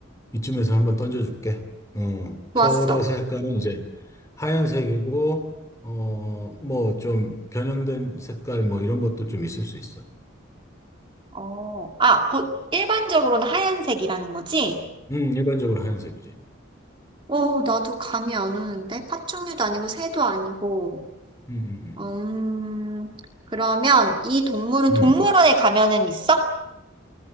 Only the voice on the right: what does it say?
좋았어.
어, 아, 보- 일반적으로는 하얀색이라는 거지?
어, 나도 감이 안 오는데? 파충류도 아니고 새도 아니고.
음, 그러면 이 동물은
동물원에 가면은 있어?